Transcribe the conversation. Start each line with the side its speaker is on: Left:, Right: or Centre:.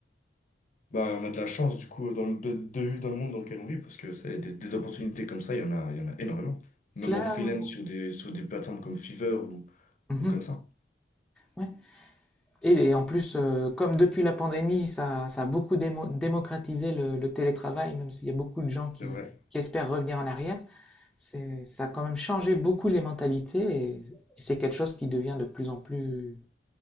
Left: Bah, on a de la chance du coup dans le- de, de vivre dans le monde dans lequel on vit parce que ça des, des opportunités comme ça, il y en a, il y en a énormément. Même
Centre: Clairement.
Left: en freelance sur des, sur des plateformes comme Fiverr ou,
Centre: Mmh
Left: ou comme ça.
Centre: Ouais et et en plus, heu, comme depuis la pandémie, ça ça a beaucoup démo démocratisé le le télétravail, même s'il y a beaucoup de gens qui
Left: C'est vrai,
Centre: qui espèrent revenir en arrière, c'est ça a quand même changé beaucoup les mentalités et et c'est quelque chose qui devient de plus en plus